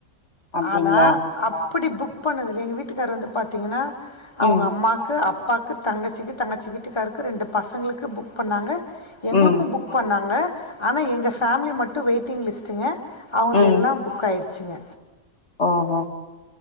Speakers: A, on the left; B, on the left.
A: அப்டிங்களா
B: ஆனா அப்டி புக் பண்ணதில்லயே எங்க வீட்டுக்கார் வந்து பாத்தீங்கனா அவுங்க
A: ம்
B: அம்மா க்கு அப்பாக்கு தங்கச்சிக்கு தங்கச்சி வீட்டுக்காருக்கு ரெண்டு பசங்களுக்கு புக் பண்ணாங்க எங்குளுக்கு
A: ம்
B: புக் பண்ணாங்க ஆனா எங்க ஃபேமிலி மட்டு வெயிட்டிங் லிஸ்ட்டுங்க அவுங்கள்து
A: ம்
B: எல்லா புக் ஆய்டுச்சுங்க
A: ஓஹோ